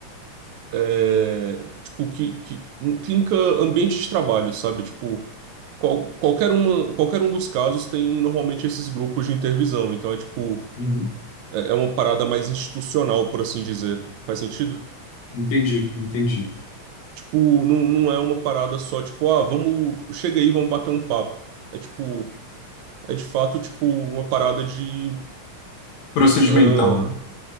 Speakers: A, on the right; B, on the left.
A: é, tipo, que, que, clínica ambiente de trabalho, sabe? Tipo, qual- qualquer uma, qualquer um dos casos tem normalmente esses grupos de intervisão. Então é tipo.
B: Uhum.
A: É é uma parada mais institucional, por assim dizer. Faz sentido?
B: Entendi, entendi.
A: Tipo, não, não é uma parada só, tipo, ah, vamos, chega aí, vamos bater um papo. É tipo, é de fato, tipo, uma parada de,
B: Procedimental.
A: ah,